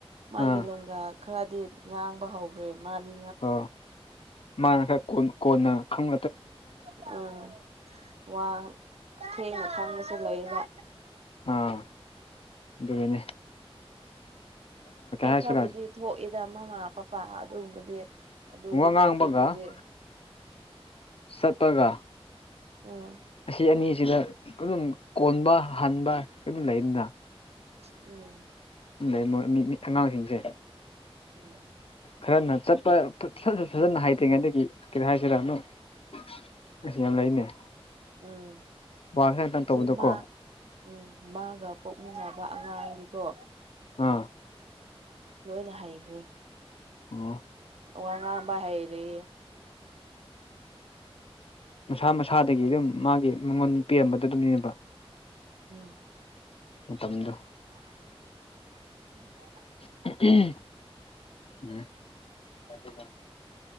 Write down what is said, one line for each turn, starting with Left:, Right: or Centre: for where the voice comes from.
Right: ꯃꯥꯒꯤ
Left: ꯑꯥ
Right: ꯂꯣꯡꯒꯥ ꯈꯔꯗꯤ ꯉꯥꯡꯕ ꯍꯧꯈ꯭ꯔꯦ ꯃꯥꯅꯤ
Left: ꯑ ꯃꯥꯅ ꯈꯔ ꯀꯣꯟꯅ ꯈꯪ
Right: ꯎꯥ ꯋꯥ ꯊꯦꯡꯅ ꯈꯪꯕꯁꯨ ꯂꯩꯅ
Left: ꯑꯥ ꯑꯗꯨꯅꯦ
Right: ꯈꯔ
Left: ꯍꯥꯏꯁꯤꯔꯥ
Right: ꯈꯔꯕꯨꯗꯤ ꯊꯣꯛꯏꯗ ꯃꯃꯥ ꯄꯄꯥ ꯑꯗꯨꯒꯨꯝꯕꯗꯤ ꯑꯗꯨꯗꯤ
Left: ꯋꯥ ꯉꯥꯡꯕꯒ
Right: ꯕꯦꯁꯤꯛꯄꯨꯗꯤ
Left: ꯆꯠꯄꯒ
Right: ꯑꯥ
Left: ꯑꯁꯤ ꯑꯅꯤꯁꯤꯗ ꯑꯗꯨꯝ ꯀꯣꯟꯕ ꯍꯥꯟꯕ ꯑꯗꯨꯝ ꯂꯩꯗꯅ
Right: ꯎꯝ
Left: ꯂꯩ ꯃ ꯑꯉꯥꯡꯁꯤꯡꯁꯦ
Right: ꯎꯝ
Left: ꯈꯔꯅ ꯆꯠꯄ ꯐꯖꯅ ꯍꯥꯏꯇ꯭ꯔꯤꯉꯩꯗꯒꯤ ꯀꯩ ꯍꯥꯏꯁꯤꯔ ꯑ ꯌꯥꯝ ꯂꯩꯅꯦ
Right: ꯎꯝ
Left: ꯋꯥ ꯈꯤꯇꯪ ꯈꯤꯇꯪ ꯇꯧꯕꯗꯀꯣ
Right: ꯖꯤꯃꯥ ꯎꯝ ꯃꯥꯒ ꯄꯣꯛꯃꯤꯟꯅꯕ ꯑꯉꯥꯡꯗꯤꯀꯣ
Left: ꯑꯥ
Right: ꯂꯣꯏꯅ ꯍꯩꯈ꯭ꯔꯦ
Left: ꯑꯣꯝ
Right: ꯋꯥ ꯉꯥꯡꯝꯕ ꯍꯩꯔꯤ
Left: ꯃꯁꯥ ꯃꯁꯥꯗꯒꯤ ꯑꯗꯨꯝ ꯃꯥꯒꯤ ꯃꯉꯣꯟ ꯄꯤꯔꯝꯕꯗ ꯑꯗꯨꯝꯅꯦꯅꯕ
Right: ꯑꯥ
Left: ꯃꯇꯝꯗꯣ
Right: ꯑꯣ
Left: <unintelligible>